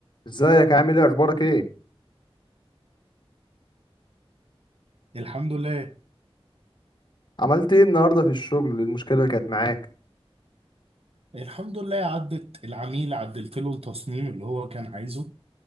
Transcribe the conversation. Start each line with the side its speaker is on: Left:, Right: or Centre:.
Left: ازيك عامل ايه اخبارك ايه
Right: الحمد لله
Left: عملت ايه النهارده في الشغل إيه المشكله اللي كانت معاك
Right: الحمد لله عدت العميل عدلت له التصميم اللي هو كان عايزه